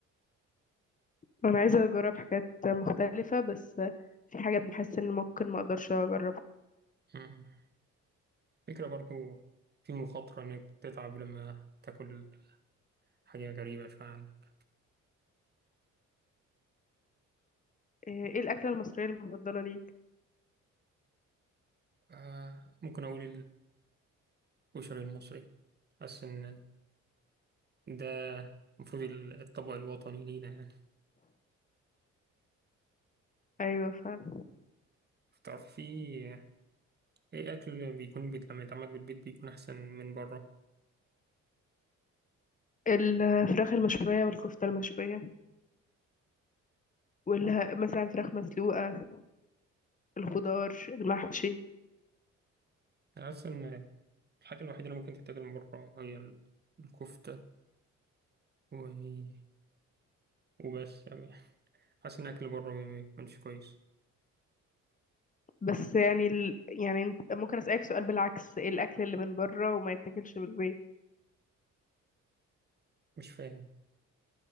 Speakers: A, on the left (about 25°); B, on the right (about 35°).
A: انا عايزه اجرب حاجات مختلفه بس في حاجات بحس ان ممكن ما اقدرش اجربها
B: أمم. فكرة برضو في مخاطرة إنك تتعب لما تاكل حاجة غريبة شوية عنك
A: آه، ايه الاكله المصريه المفضله ليك
B: آه ممكن أقول الكشري المصري حاسس إن ده المفروض الطبق الوطني لينا يعني
A: ايوه فعلا
B: تعرف في أي أكل بيكون بيت لما يتعمل بالبيت بيكون أحسن من بره
A: الفراخ المشوية والكفتة المشوية واللي مثلا فراخ مسلوقة الخضار المحشي
B: أنا حاسس إن الحاجة الوحيدة اللي ممكن تتاكل من بره هي ال- الكفتة و... وبس يعني حاسس إن أكل بره ما بيكونش كويس
A: بس يعني ال... يعني انت- ممكن أسألك سؤال بالعكس ايه الأكل اللي من بره وما يتاكلش من البيت
B: مش فاهم